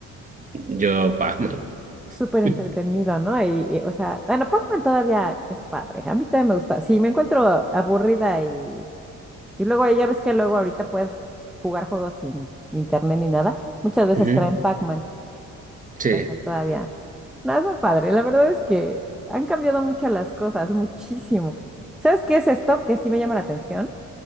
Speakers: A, on the right; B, in the centre.
A: yo, Pac-Man.
B: Súper
A: <laughs>
B: entretenido, ¿no? Y, y, o sea, bueno, Pac-Man todavía es padre. A mí todavía me gusta. Si me encuentro aburrida y, y luego ahí ya ves que luego ahorita puedes jugar juegos sin internet ni nada, muchas veces
A: Ujú,
B: traen Pac-Man.
A: Sí.
B: Entonces todavía. Nada, es muy padre. La verdad es que han cambiado mucho las cosas, muchísimo. ¿Sabes qué es esto que sí me llama la atención?